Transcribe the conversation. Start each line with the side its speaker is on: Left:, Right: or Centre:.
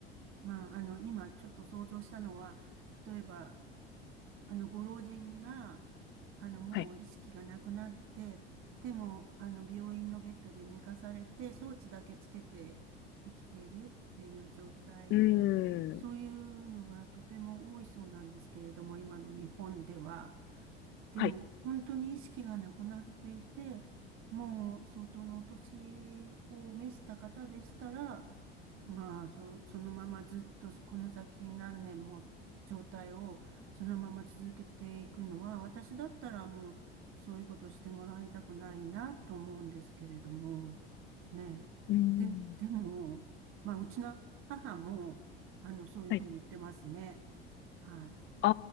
Right: まあ、あの、今ちょっと想像したのは、例えば、あの、ご老人が、あの、もう意識がなくなって、
Left: はい。
Right: でも、あの、病院のベッドで寝かされて、装置だけつけて生きているっていう状態、
Left: うーん。
Right: そういうのがとても多いそうなんですけれども、今の日本では。でも、
Left: はい。
Right: 本当に意識がなくなっていて、もう相当のお年を召した方でしたら、まあ、そ、そのままずっとこの先何年も状態をそのまま続けていくのは、私だったらもうそういうことしてもらいたくないなと思うんですけれども、ね
Left: うーん。
Right: え。で、でも、まあ、うちの母も、あの、そういうふうに言ってますね。
Left: はい。
Right: はい。
Left: あ